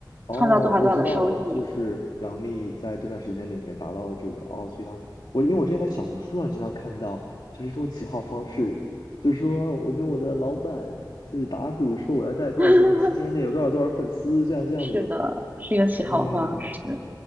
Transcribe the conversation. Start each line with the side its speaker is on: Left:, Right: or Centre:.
Left: 哦，
Right: 创造多少多少的收益。
Left: 我知道了，就是杨幂在这段时间里面达到了这个哦，所以她我因为我之前在小红书上经常看到，就是这种起号方式，就是说我跟我的老板就是打赌说我要在多少多少期间内有多少多少粉丝，
Right: <laughs>
Left: 这样这样子，
Right: 是的，是一个起号方式。
Left: 嗯，